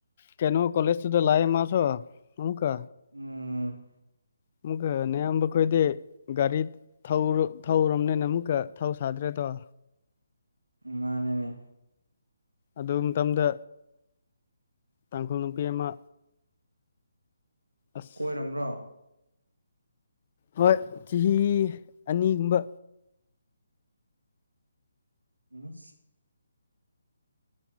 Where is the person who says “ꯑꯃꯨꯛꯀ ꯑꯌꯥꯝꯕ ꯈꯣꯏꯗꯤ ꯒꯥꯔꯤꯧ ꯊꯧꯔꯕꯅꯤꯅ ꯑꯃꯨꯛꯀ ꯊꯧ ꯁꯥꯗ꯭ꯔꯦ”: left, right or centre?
Left